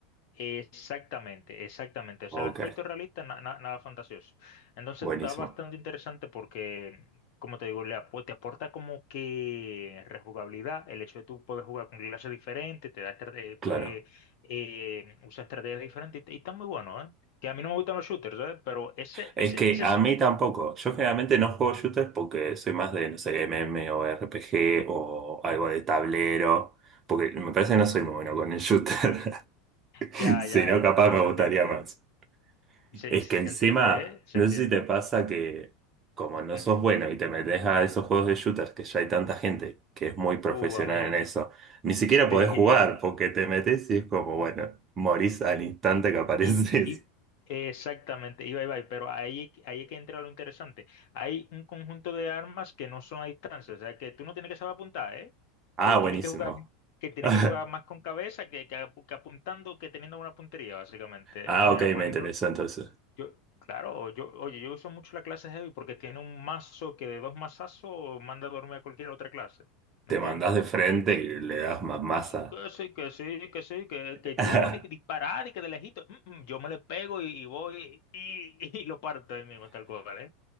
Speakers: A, on the left; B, on the right.
A: Exactamente, exactamente. O
B: Ok,
A: sea, el aspecto realista, na- na- nada fantasioso. Entonces
B: buenísimo.
A: está bastante interesante porque, como te digo, le apo- te aporta como que rejugabilidad, el hecho de tú poder jugar con clases diferentes, te da estrate-
B: Claro.
A: puedes eh, usar estrategias diferentes y, y está muy bueno, ¿eh? Que a mí no me gustan los shooters, ¿eh? Pero ese,
B: Es
A: ese,
B: que
A: ese
B: a
A: sí.
B: mí tampoco. Yo generalmente no juego shooters porque soy más de, no sé, MM o RPG o algo
A: Ujú.
B: de tablero. Porque me parece que no soy muy bueno con el shooter. <laughs>
A: Ya, ya,
B: Si no,
A: y
B: capaz
A: no, y no
B: me
A: se
B: gustaría
A: entiende,
B: más.
A: ¿eh? Y se,
B: Es
A: y se
B: que encima,
A: entiende, ¿eh? Se
B: no
A: entiende.
B: sé si te pasa que como no
A: Ujú.
B: sos bueno y te metes a esos juegos de shooters que ya hay tanta gente que es muy profesional
A: Uh, amigo.
B: en eso, ni siquiera
A: <laughs>
B: podés
A: Sí.
B: jugar porque te metes y es como, bueno, morís al instante que apareces.
A: Y, y
B: <laughs>
A: exactamente, iba y va, pero ahí, es que- ahí es que entra lo interesante. Hay un conjunto de armas que no son a distancia, o sea, que tú no tienes que saber apuntar, ¿eh?
B: Ah,
A: Que tienes
B: buenísimo.
A: que jugar, que tienes
B: <laughs>
A: que jugar más con cabeza que, que apu- que apuntando que teniendo una puntería, básicamente.
B: Ah,
A: Mira,
B: ok,
A: por
B: me
A: ejemplo,
B: interesó entonces.
A: yo, claro, yo, oye, yo uso mucho la clase Heavy porque tiene un mazo que de dos mazazos manda a dormir a cualquier otra clase, ¿me
B: Te
A: entiendes?
B: mandas de frente y le das más masa.
A: Sí, Que sí, que sí, que sí, que, que
B: <laughs>
A: yo di- disparar y que de lejito, mm, mm, yo me le pego y, y voy y, y <laughs> lo parto ahí mismo, tal cual, ¿eh?